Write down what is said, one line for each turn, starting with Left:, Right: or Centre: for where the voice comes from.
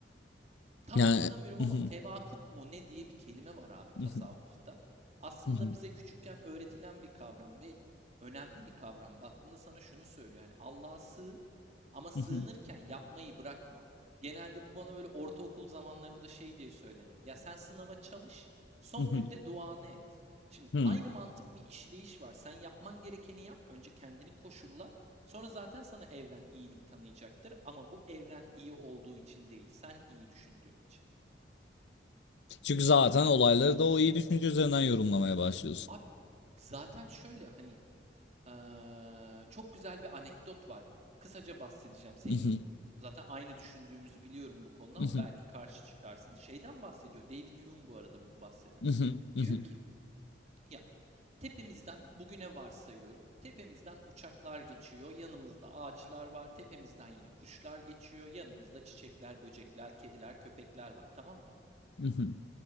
Right: Tam
Left: Yani
Right: hatırlamıyorum
Left: mhm,
Right: ama tevakuk mu ne diye bir kelime var abi tasavvufta.
Left: mhm,
Right: Aslında
Left: mhm,
Right: bize küçükken öğretilen bir kavram ve önemli bir kavram. Baktığında sana şunu söylüyor. Hani Allah'a sığın ama sığınırken
Left: mhm,
Right: yapmayı bırakma. Genelde bu bana böyle ortaokul zamanlarımda şey diye söylenirdi. Ya sen sınava çalış, son
Left: mhm,
Right: günde duanı et. Şimdi
Left: mhm.
Right: aynı mantık bir işleyiş var. Sen yapman gerekeni yap, önce kendini koşulla. Sonra zaten sana evren iyilik tanıyacaktır ama bu evren iyi olduğu için değil, sen iyi düşündüğün için.
Left: Çünkü zaten olayları da o iyi düşünce üzerinden yorumlamaya başlıyorsun.
Right: Abi zaten şöyle hani eee, çok güzel bir anekdot var. Kısaca bahsedeceğim. Senin
Left: Mhm,
Right: zaten aynı düşündüğümüzü biliyorum bu konuda
Left: mhm,
Right: ama belki karşı çıkarsın. Şeyden bahsediyor. David Hume bu arada bunu bahseden.
Left: mhm, mhm,
Right: Diyor ki ya Tepemizden, bugüne varsayıyorum, tepemizden uçaklar geçiyor, yanımızda ağaçlar var, tepemizden yine kuşlar geçiyor, yanımızda çiçekler, böcekler, kediler, köpekler var, tamam mı?
Left: mhm,